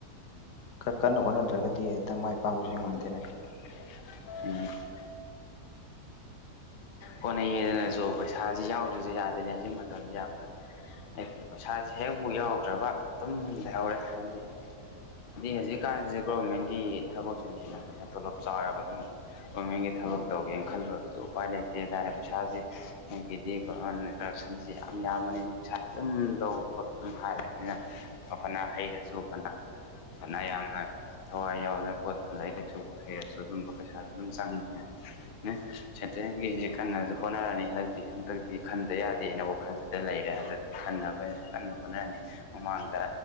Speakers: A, on the left; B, on the left.
A: ꯈꯔ ꯀꯟꯅ ꯍꯣꯠꯅꯗ꯭ꯔꯒꯗꯤ ꯍꯦꯛꯇ ꯃꯥꯏ ꯄꯥꯛꯄꯁꯦ ꯉꯝꯗꯦꯅꯦ
B: <unintelligible> <unintelligible> ꯍꯣꯠꯅꯩꯌꯦꯗꯅꯁꯨ ꯄꯩꯁꯥꯁꯤ ꯌꯥꯎꯗ꯭ꯔꯁꯨ ꯌꯥꯗꯣꯏꯅꯦ ꯍꯧꯖꯤꯛ ꯃꯇꯝꯁꯤ ꯌꯥꯝꯕ ꯍꯥꯏꯗꯤ ꯄꯩꯁꯥꯁꯦ ꯍꯦꯛꯕꯨ ꯌꯥꯎꯗ꯭ꯔꯕ ꯑꯗꯨꯝ ꯂꯩꯍꯧꯔꯦ ꯍꯥꯏꯗꯤ ꯍꯥꯏꯗꯤ ꯍꯧꯖꯤꯛꯀꯥꯟꯁꯦ ꯒꯣꯔꯃꯦꯟꯒꯤ ꯊꯕꯛꯁꯤꯅ ꯍꯦꯟꯅ ꯄꯩꯁꯥ ꯇꯣꯂꯣꯞ ꯆꯥꯎꯋꯦꯕ ꯑꯗꯨ ꯒꯣꯔꯃꯦꯟꯒꯤ ꯊꯕꯛ ꯇꯧꯒꯦꯅ ꯈꯜꯂꯁꯨ ꯎꯄꯥꯏ ꯂꯩꯇꯦ ꯍꯥꯏꯇꯥꯔꯦ ꯄꯩꯁꯥꯁꯤ ꯑꯗꯒꯤꯗꯤ ꯀꯔꯞꯁꯟꯁꯤ ꯌꯥꯝ ꯌꯥꯝꯕꯅꯤꯅ ꯄꯩꯁꯥ ꯑꯗꯨꯝ ꯂꯧꯕ ꯈꯣꯠꯄ ꯑꯗꯨꯝ ꯍꯥꯏꯔꯅꯤꯅ ꯐꯅ ꯍꯩꯔꯁꯨ ꯐꯅ ꯐꯅ ꯌꯥꯝꯅ ꯊꯋꯥꯏ ꯌꯥꯎꯗꯅ ꯈꯣꯠꯇꯅ ꯂꯥꯏꯔꯤꯛ ꯂꯥꯏꯁꯨ ꯍꯩꯔꯁꯨ ꯑꯗꯨꯝꯕ ꯄꯩꯁꯥꯗꯨ ꯑꯗꯨꯝ ꯆꯪꯉꯅꯤꯅ ꯁꯦꯟꯇꯔꯦꯟ ꯒꯤꯁꯤ ꯀꯟꯅꯁꯨ ꯍꯣꯠꯅꯔꯅꯤ ꯍꯟꯗꯛꯇꯤ ꯍꯟꯗꯛꯇꯤ ꯈꯟꯗ ꯌꯥꯗꯦꯅ ꯋꯥꯈꯜꯁꯤꯗ ꯂꯩꯔꯦ ꯍꯟꯗꯛꯇꯤ ꯈꯟꯅꯕꯅꯁꯨ ꯀꯟꯅ ꯍꯣꯠꯅꯔꯅꯤ ꯃꯃꯥꯡꯗ